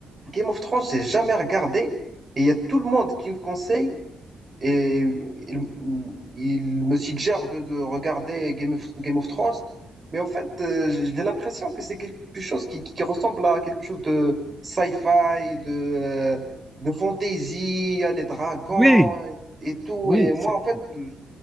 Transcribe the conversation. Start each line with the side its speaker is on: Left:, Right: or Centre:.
Right: Game of Thrones, j'ai jamais regardé et il y a tout le monde qui me conseille, Et il, il me suggère de, de regarder Game of, Game of Thrones. Mais en fait, euh, j'ai l'impression que c'est quelque chose qui, qui, qui ressemble à quelque chose de sci-fi, de, euh, de fantasy, à les dragons
Centre: Oui,
Right: et, et tout.
Centre: oui,
Right: Et moi,
Centre: c'est-
Right: en fait, euh,